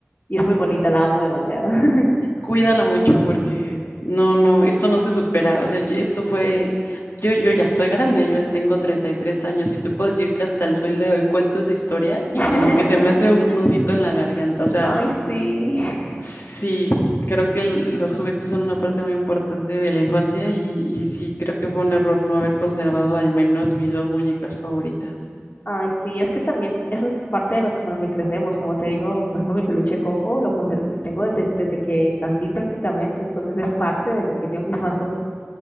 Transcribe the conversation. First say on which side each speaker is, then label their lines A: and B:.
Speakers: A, on the left; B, on the left.
A: y es muy bonita, la amo demasiado. <laughs>
B: cuídala mucho porque no, no, esto no se supera. O sea, yo- esto fue,
A: Sí.
B: yo, yo ya estoy grande, yo tengo 33 años y te puedo decir que hasta el sol de hoy cuento esa historia y
A: <laughs>
B: como que se me hace un nudito en la garganta. O sea,
A: Ay, sí.
B: sí, creo que el- los juguetes son una parte muy importante de la infancia y, y sí, creo que fue un error no haber conservado al menos mis dos muñecas favoritas.
A: Ay, sí. Es que también eso es parte de lo que, con lo que crecemos. Como te digo, por ejemplo, mi peluche Coco lo, conser- lo tengo desde, desde que nací prácticamente, entonces es parte de lo que yo misma soy.